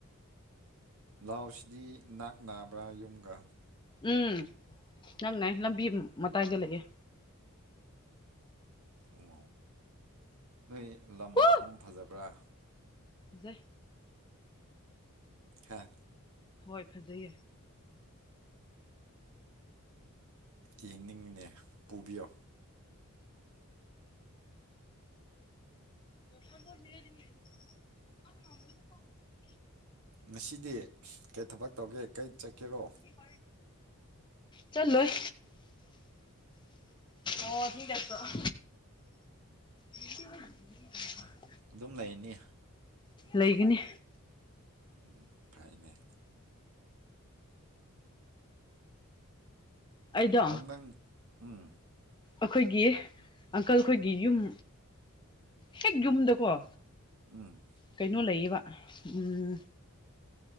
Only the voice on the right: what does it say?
ꯂꯥꯎꯁꯤꯗꯤ ꯅꯥꯛ ꯅꯥꯕ꯭ꯔꯥ ꯌꯨꯝꯒ꯫
ꯎꯝ ꯅꯣꯏ ꯂꯝ
ꯃꯐꯝ ꯐꯖꯕ꯭ꯔꯥ꯫
ꯍꯥ꯫
ꯌꯦꯡꯅꯤꯡꯉꯤꯅꯦ ꯄꯨꯕꯤꯌꯣ꯫
ꯉꯁꯤꯗꯤ ꯀꯩ ꯊꯕꯛ ꯇꯧꯒꯦ ꯀꯩ ꯆꯠꯀꯦꯔꯣ꯫
ꯑꯗꯨꯝ ꯂꯩꯅꯤ꯫
ꯎꯝ ꯐꯥꯏꯅꯦ꯫
ꯑꯗꯨ ꯅꯪ ꯎꯝ꯫
ꯎꯝ꯫